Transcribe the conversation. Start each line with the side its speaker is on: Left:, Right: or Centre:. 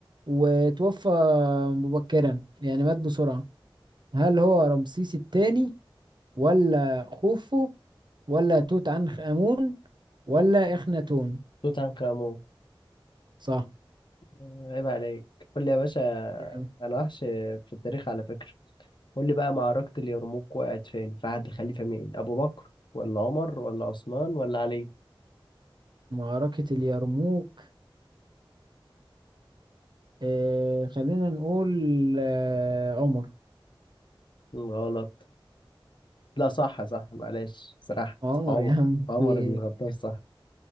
Right: وتوفى مبكرا يعني مات بسرعة هل هو رمسيس الثاني ولا خوفو ولا توت عنخ آمون ولا إخناتون
Left: توت عنخ آمون
Right: صح
Left: عيب عليك قول لي يا باشا
Right: جامد.
Left: انا وحش في التاريخ على فكرة قول لي بقى معركة اليرموك وقعت فين في عهد الخليفة مين ابو بكر ولا عمر ولا عثمان ولا علي
Right: معركة اليرموك آه خلينا نقول آه عمر
Left: غلط لا صح صح معلش سرحت
Right: عمر
Left: عمر
Right: يا عم
Left: عمر
Right: في-
Left: بن الخطاب صح